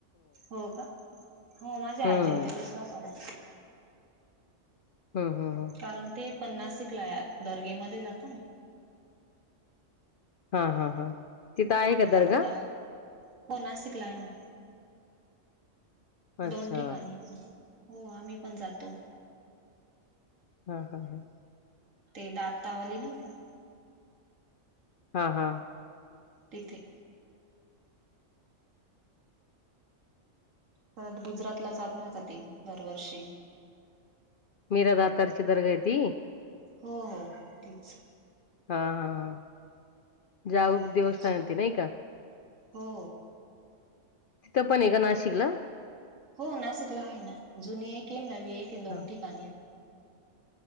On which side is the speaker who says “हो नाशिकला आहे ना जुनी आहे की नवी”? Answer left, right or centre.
Right